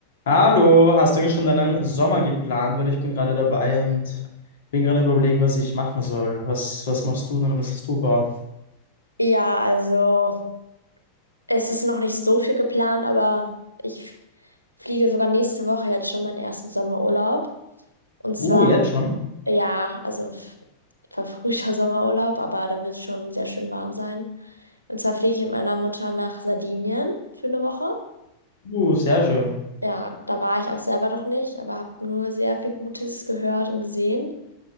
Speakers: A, on the left (about 60°); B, on the right (about 80°).
A: Hallo, hast du eigentlich schon deinen Sommer geplant? Weil ich bin gerade dabei und bin gerade überlegen, was ich machen soll. Was, was machst du denn? Was hast du vor?
B: Ja, also es ist noch nicht so viel geplant, aber ich f- fliege sogar nächste Woche jetzt schon meinen ersten Sommerurlaub. Und zwar,
A: Uh, jetzt schon?
B: ja, also f- verfrühter <laughs> Sommerurlaub, aber da wird es schon sehr schön warm sein. Und zwar fliege ich mit meiner Mutter nach Sardinien für eine Woche.
A: Uh, sehr schön.
B: Ja, da war ich auch selber noch nicht, aber habe nur sehr viel Gutes gehört und gesehen.